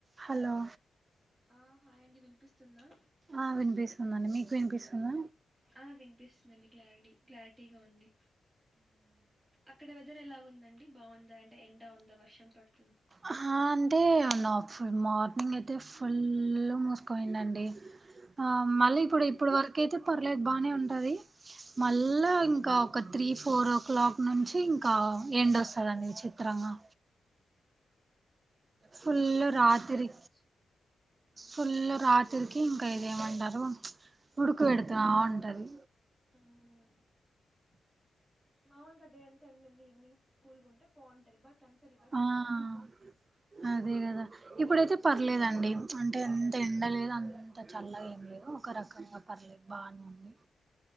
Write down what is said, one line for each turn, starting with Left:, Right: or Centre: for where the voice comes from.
Right: Hello
Centre: ఆ hi అండి వినిపిస్తుందా
Right: ఆ వినిపిస్తుందండి మీకు వినిపిస్తుందా
Centre: ఆ వినిపిస్తుందండి క్లారిటీ క్లారిటీగా ఉంది అక్కడ ద్దరు ఎలాగుందండి బాగుందా అంటే ఎండా ఉందా వర్షం పడుతు
Right: ఆ అంటే అ నా ఫుల్ మార్నింగ్ అయితే ఫుల్ మూసుకపోయిందండి అ మళ్ళ ఇప్పుడు ఇప్పుడు వరక్ కైతే పర్లేదు బానే ఉంటది మళ్ళా ఇంకా ఒక త్రీ ఫోర్ ఓ క్లాక్ నుంచి ఇంకా ఎండొస్తందండి విచిత్రంగా ఫుల్
Centre: మామూలుగా
Right: రాత్రి
Centre: డే అంత ఎండొచ్చు
Right: ఫుల్ రాత్రికి ఇంకా ఇదేమంటారు ఉడుకపెడుత ఉంటది
Centre: మ్ మామూలుగా డే ఎంత ఎండ ఉంది ఈవినింగ్ కుల్ గ ఉంటే బాగుంటది బట్ అం రివర్స్
Right: ఆ
Centre: అనమాట ఇప్పుడు
Right: అదే కదా ఇప్పుడైతే పర్లేదండి అంటే అంత ఎండలేదు అం అంత చల్లగ ఏం లేదు ఒక రకంగా పర్లేదు బానే ఉంది